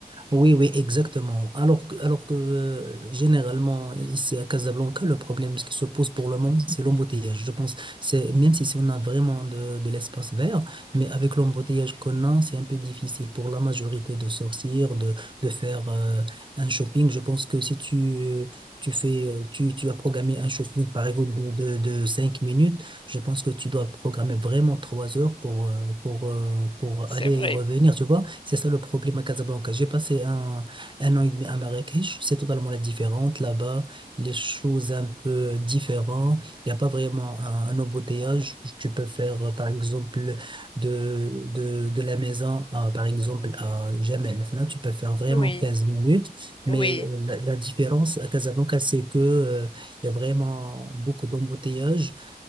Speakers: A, on the right; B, on the left.
A: Oui, oui, exactement. Alors que, alors que euh, généralement, ici à Casablanca, le problème qui se pose pour le moment, c'est l'embouteillage. Je pense, c'est, même si, si on a vraiment de, de l'espace vert, mais avec l'embouteillage qu'on a, c'est un peu difficile pour la majorité de sortir, de, de faire euh, un shopping. Je pense que si tu, euh, tu fais, euh, tu, tu as programmé un shopping, par exemple, de, de, de 5 minutes, je pense que tu dois programmer vraiment 3 heures pour, euh, pour, euh, pour
B: c'est
A: aller
B: vrai.
A: et revenir, tu vois? C'est ça le problème à Casablanca. J'ai passé un, un an et demi à Marrakech. C'est totalement la différente. Là-bas, les choses un peu différentes. Il n'y a pas vraiment un, un embouteillage. Tu peux faire, euh, par exemple, de, de, de la maison, à, par exemple, à Jamel. Enfin, Là, tu peux faire vraiment
B: Oui,
A: 15 minutes. Mais
B: oui,
A: euh, la, la différence à Casablanca, c'est que, euh, il y a vraiment beaucoup d'embouteillages